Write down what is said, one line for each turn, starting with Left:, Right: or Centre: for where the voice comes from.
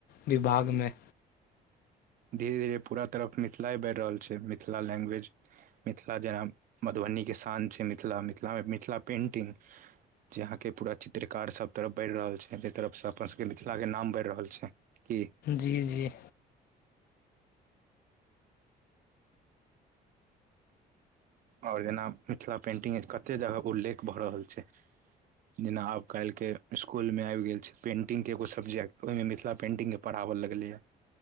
Left: विभागमे।
Right: धीरे धीरे पूरा तरफ मिथिलाए बैढ़ रहल छै मिथिला लैंग्वेज। मिथिला जेना मधुबनीके शान छै मिथिला मिथिलामे मिथिला पेन्टिंग। जे अहा के के पूरा चित्रकार सब तरफ बढ़ रहल छै जे तरफ से अपन सब के मिथिला के नाम बैढ़ रहल छै। की
Left: जी जी।
Right: आओर जेना मिथिला पेन्टिंग कतेक जगह उल्लेख भऽ रहल छै। जेना आब कैल के इसकुलमे एब गेल छै पेन्टिगके एगो सब्जेक्ट ओहिमे मिथिला पेंटिंग के पढ़ाबऽ लगलैए